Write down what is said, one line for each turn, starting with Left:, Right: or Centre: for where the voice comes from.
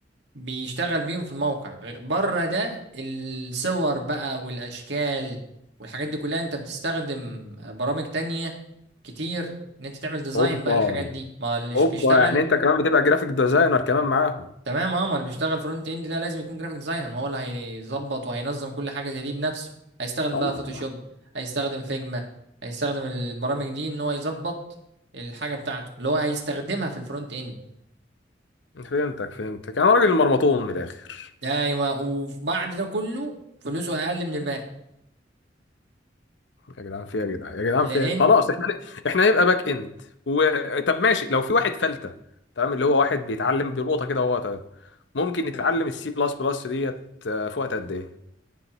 Right: بيشتغل بيهم في الموقع غ- بره ده الصور بقى والأشكال والحاجات دي كلها انت بتستخدم برامج تانية كتير ان انت تعمل ديزاين
Left: اوبا
Right: بقى الحاجات دي ما الليش
Left: اوبا
Right: بيشتغل
Left: يعني انت كمان بتبقى جرافيك ديزاينر كمان معاهم
Right: تمام اه ما اللي بيشتغل فرونت اند ده لازم يكون جرافيك ديزاينر ما هو اللي هيظبط وهينظم كل حاجه زي دي بنفسه هيستخدم
Left: الله
Right: بقى فوتوشوب هيستخدم فيجما هيستخدم البرامج دي ان هو يظبط الحاجه بتاعته اللي هو هيستخدمها في الفرونت اند
Left: فهمتك فهمتك انا راجل مرمطون من الاخر
Right: ايوه وبعد ده كله فلوسه اقل من الباقي
Left: يا جدعان فيها يا جدعان يا جدعان
Right: لان
Left: فيها خلاص احنا احنا هنبقى باك اند و... طب ماشي لو في واحد فلتة تمام اللي هو واحد بيتعلم بيلقطها كده وهو طاير ممكن يتعلم السي بلس بلس ديت آه، في وقت قد ايه؟